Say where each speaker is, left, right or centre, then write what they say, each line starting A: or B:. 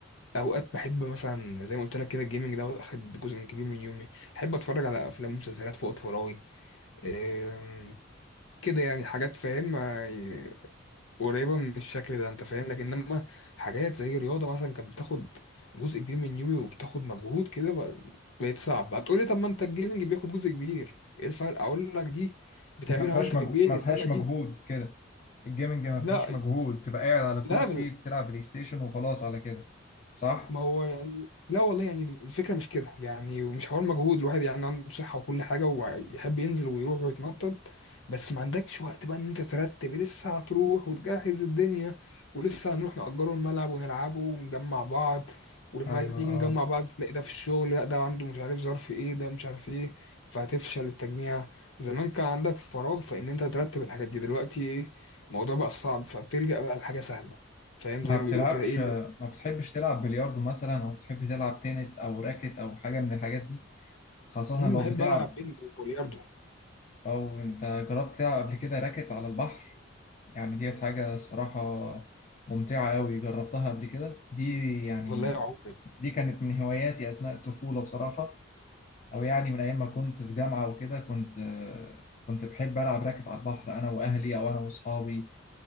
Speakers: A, on the left (about 70°); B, on the left (about 35°).
A: اوقات بحب مثلا زي ما قلت لك كده الجيمنج ده واخد جزء من كبير من يومي احب اتفرج على افلام ومسلسلات في وقت فراغي آه كده يعني حاجات فاهم آه، قريبه من الشكل ده انت فاهم لكن انما حاجات زي الرياضه مثلا كانت بتاخد جزء كبير من يومي وبتاخد مجهود كده بق- بقت صعب هتقولي طب ما انت الجيمنج بياخد جزء كبير ايه الفرق اقول لك دي بتعملها
B: دي ما فيهاش
A: وانت
B: مجهو...
A: في البيت
B: ما فيهاش
A: انما دي
B: مجهود كده الجيمنج ما
A: لا
B: فيهاش مجهود تبقى قاعد على كرسي
A: لا
B: بتلعب بلاي ستيشن وخلاص على كده صح؟
A: ما هو يعني لا والله يعني الفكرة مش كده يعني ومش حوار مجهود الواحد يعني عنده صحة وكل حاجة ويحب ينزل ويروح ويتنطط بس ما عندكش وقت بقى ان انت ترتب لسه هتروح وتجهز الدنيا ولسه هنروح نأجره الملعب ونلعبه ونجمع بعض ولما
B: ايوه
A: نيجي
B: اه
A: نجمع بعض تلاقي ده في الشغل لا ده عنده مش عارف ظرف ايه ده مش عارف ايه فهتفشل التجميع زمان كان عندك فراغ فان انت ترتب الحاجات دي دلوقتي الموضوع بقى صعب فبتلجأ بقى لحاجة سهلة فاهم
B: ما
A: زي
B: بتلعبش
A: ما بيقولوا كده ايه
B: ما بتحبش تلعب بلياردو مثلا او بتحب تلعب تنس او راكت او حاجة من الحاجات دي خاصة
A: مم،
B: لو
A: بحب
B: بتلعب
A: ألعب بينج وبلياردو
B: او انت جربت تلعب قبل كده راكت على البحر يعني ديت حاجة الصراحة ممتعة قوي جربتها قبل كده دي يعني
A: والله يا عمري
B: دي كانت من هواياتي اثناء الطفولة بصراحة او يعني من ايام ما كنت في جامعة وكده كنت كنت بحب العب راكت على البحر انا واهلي او انا واصحابي